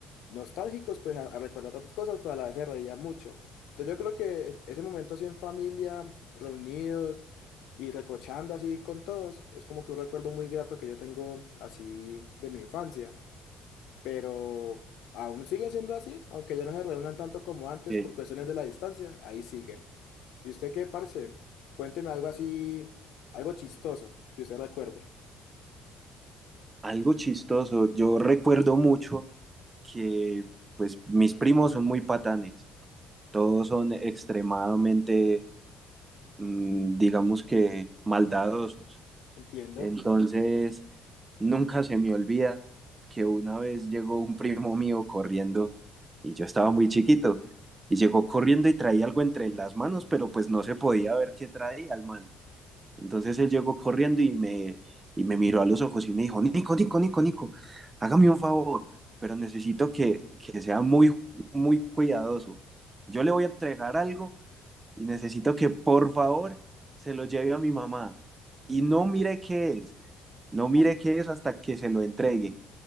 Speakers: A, on the left; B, on the right.
A: nostálgicos pues a, a recordar tantas cosas, pero a la vez se reían mucho. Entonces yo creo que ese momento así en familia, reunidos, y recochando así con todos, es como que un recuerdo muy grato que yo tengo así de mi infancia, pero aún sigue siendo así, aunque ya no se reúnan tanto como antes
B: Eh,
A: por cuestiones de la distancia, ahí siguen. ¿Y usted qué, parce? Cuénteme algo así, algo chistoso que usted recuerde.
B: algo chistoso, yo recuerdo mucho que pues mis primos son muy patanes, todos son extremadamente, mm, digamos que, maldadosos.
A: Entiendo.
B: Entonces, Nunca se me olvida que una vez llegó un primo mío corriendo y yo estaba muy chiquito y llegó corriendo y traía algo entre las manos, pero pues no se podía ver qué traía el man. Entonces él llegó corriendo y me, y me miró a los ojos y me dijo, Nico, Nico, Nico, Nico, hágame un favor, pero necesito que, que sea muy, muy cuidadoso. Yo le voy a entregar algo y necesito que por favor se lo lleve a mi mamá. Y no mire qué es no mire
A: Ah.
B: qué es hasta que se lo entregue.